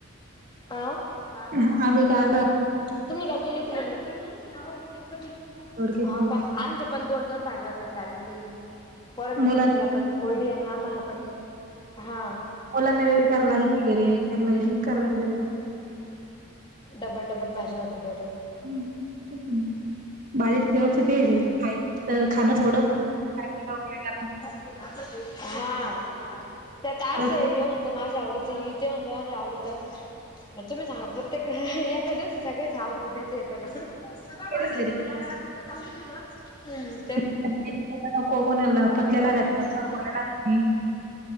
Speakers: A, on the left; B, on the right.
A: अं
B: का?
A: <unintelligible>
B: आम्ही काल्ड
A: तुम्ही काय <inaudible>
B: दोडक्याची
A: हाव का? आमच्या पण दोन दोन भाज्या होत्या ना कारण की, पोरांनच्या
B: मुलांना
A: टिफिनला पण कोरडी आणि आम्हाला पण हा
B: मुलांना वेगळी करा लागत्ती <unintelligible>
A: डबल डबल भाज्या होत्या दररोज.
B: हम् <unintelligible> बारीच्या जीवाचं तेजए,
A: हम्म.
B: खाय
A: नाही
B: खाणं थोडं फार, <unintelligible>
A: असाचए <inaudible> हा, त्यात असंय
B: रोज
A: हे म्हणतात माझ्या आवडीचं हे ते म्हणतं माझ्या आवडीचं तुम्ही सांगा, प्रत्येक एहह एका दिवसासाठीच हावडतं देता येतं का? सगळ
B: तेच
A: माझचए,
B: घरी करायचं.
A: क्याराटचं चालूज होतं, हं
B: <unintelligible> नको कोणाला पचाला
A: कॉलिंग
B: <unintelligible>
A: झालं सगळं?
B: कोणला तींन